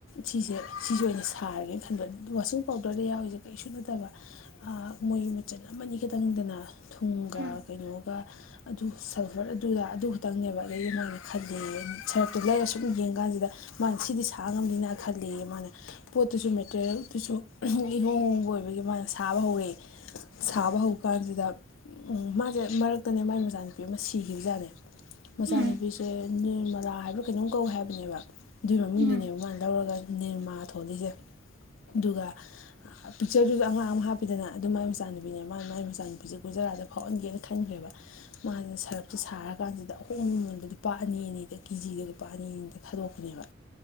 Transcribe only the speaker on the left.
ꯁꯤꯁꯦ ꯁꯤꯁꯦ ꯑꯣꯏꯅ ꯁꯥꯔꯒꯦꯅ ꯈꯟꯕ ꯋꯥꯁꯤꯡ ꯄꯥꯎꯗꯔꯗ ꯌꯥꯎꯔꯤꯁꯦ ꯀꯩꯁꯨ ꯅꯠꯇꯕ ꯃꯣꯏ ꯃꯆꯟ ꯑꯃꯅꯤ ꯈꯛꯇꯪꯗꯅ ꯊꯨꯝꯒ
ꯀꯩꯅꯣꯒ ꯑꯗꯨ ꯁꯜꯐꯔ ꯑꯗꯨꯗ ꯑꯗꯨ ꯈꯛꯇꯪꯅꯦꯕ ꯑꯗꯨꯗꯩꯃ ꯈꯜꯂꯦ ꯁꯔꯞꯇꯨ ꯂꯩꯔ ꯁꯨꯝ ꯌꯦꯡ ꯀꯥꯟꯁꯤꯗ ꯃꯥꯅ ꯁꯤꯗꯤ ꯁꯥ ꯉꯝꯅꯤꯅ ꯈꯜꯂ ꯃꯥꯅ ꯄꯣꯠꯇꯨꯁꯨ ꯃꯦꯇꯔꯤꯌꯦꯜꯗꯨꯁꯨ ꯏꯍꯣꯡ ꯍꯍꯣꯡꯕ ꯑꯣꯏꯕꯒꯤ ꯃꯥꯅ ꯁꯥꯕ ꯍꯧꯔꯛꯏꯦ ꯁꯥꯕ ꯍꯧꯕ ꯀꯥꯟꯖꯤꯗ ꯎꯝ ꯃꯥꯁꯦ ꯃꯔꯛꯇꯅꯦ ꯃꯥꯒꯤ ꯃꯆꯥꯅꯨꯄꯤ ꯑꯃ ꯁꯤꯈꯤꯕꯖꯥꯠꯅꯦ ꯃꯆꯥꯅꯨꯄꯤꯁꯦ
ꯅꯤꯔꯃꯥꯂꯥ ꯍꯥꯏꯕ꯭ꯔꯥ ꯀꯩꯅꯣꯝ ꯀꯧꯏ ꯍꯥꯏꯕꯅꯦꯕ ꯑꯗꯨꯏ ꯃꯃꯤꯡꯗꯨꯅꯦꯕ
ꯃꯥꯅ ꯂꯧꯔꯒ ꯅꯤꯔꯃꯥ ꯊꯣꯛꯂꯤꯁꯦ ꯑꯗꯨꯒ ꯄꯤꯛꯆꯔꯗꯨꯗ ꯑꯉꯥꯡ ꯑꯃ ꯍꯥꯞꯄꯤꯗꯅ ꯑꯗꯨ ꯃꯥꯏ ꯃꯆꯥꯅꯨꯄꯤꯅꯦ ꯃꯥ ꯃꯥꯏ ꯃꯆꯥꯅꯨꯄꯤꯁꯦ ꯒꯨꯖꯔꯥꯠꯇ ꯐꯥꯎꯍꯟꯒꯦꯅ ꯈꯟꯈ꯭ꯔꯦꯕ ꯃꯥꯁꯦ ꯁꯔꯞꯁꯦ ꯁꯥꯔꯀꯥꯟꯖꯤꯗ ꯑꯍꯣꯡꯕ ꯃꯃꯟꯗ ꯂꯨꯄꯥ ꯑꯅꯤ ꯑꯅꯤꯗ ꯀꯦꯖꯤꯒ ꯂꯨꯄꯥ ꯑꯅꯤ ꯑꯅꯤꯗ ꯊꯥꯗꯣꯛꯄꯅꯦꯕ